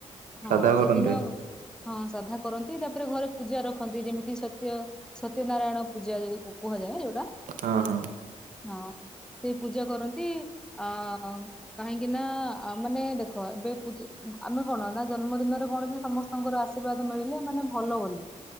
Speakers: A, in the centre; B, on the right (about 85°).
A: ହଁ
B: ସାଧା କରନ୍ତି
A: ସେଦିନ ହଁ ସାଧା କରନ୍ତି ତାପରେ ଘରେ ପୂଜା ରଖନ୍ତି ଯେମିତି ସତ୍ୟ ସତ୍ୟ ନାରାୟଣ ପୂଜା ଯଦି କୁହାଯାଏ ଯୋଉଟା
B: ହଁ ହଁ
A: ହଁ। ସେ ପୂଜା କରନ୍ତି ଆ କାହିଁକିନା ଆ ମାନେ ଦେଖ ଏବେ ପୂଜ ଆମେ କଣ ନା ଜନ୍ମଦିନରେ କଣ ସମସ୍ତଙ୍କର ଆଶୀର୍ବାଦ ମିଳିଲେ ମାନେ ଭଲ ବୋଲି।